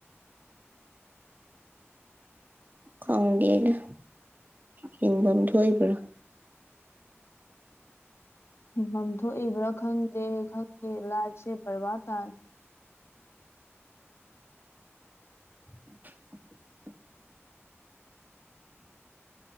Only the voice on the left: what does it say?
ꯍꯤꯡꯐꯝ ꯊꯣꯛꯏꯕ꯭ꯔꯥ ꯈꯪꯗ ꯗꯦ ꯈꯪꯗꯦ ꯂꯥꯏꯕꯁꯦ ꯔꯕꯥ ꯇꯥꯜ